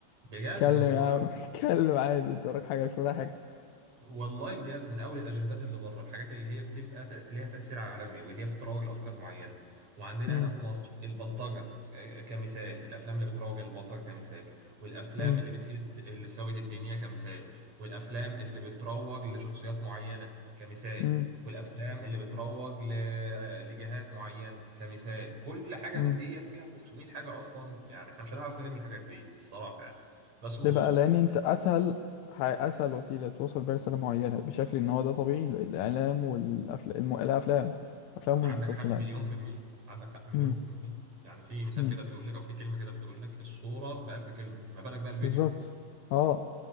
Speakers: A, on the right; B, on the left.
A: بجد
B: اتكلم
A: والله
B: يا عم <laughs> اتكلم عادي أنت وراك حاجة مش ورايا حاجة
A: والله بجد من اول الاجندات اللي بره الحاجات اللي هي بتبقى تأ- ليها تاثير عالمي واللي هي بتتروج لافكار معينه وعندنا
B: أمم،
A: هنا في مصر البلطجه ك- كمثال الافلام اللي بتروج للبلطجه كمثال والافلام
B: أمم،
A: اللي بتهد الثوابت الدينيه كمثال والافلام اللي بتروج لشخصيات معينه كمثال
B: أمم،
A: والافلام اللي بتروج ل... آه، لجهات معينه كمثال كل حاجه
B: امم.
A: من ديت فيها 500 حاجه اصلا يعني احنا مش هنعرف نلم الحاجات ديت الصراحه يعني بس بص
B: ليه بقى لان انت اسهل ح- اسهل وسيله توصل بيها رساله معينه بشكل ان هو ده طبيعي الاعلام والافلام الافلام افلام
A: عندك
B: والمسلسلات
A: حق مليون في المية عندك حق مليون
B: امم
A: في المية يعني في مثال
B: امم
A: كده بيقول لك أو في كلمة كده بتقول لك الصورة بألف كلمة ما بالك بقى الفيديو
B: بالظبط اه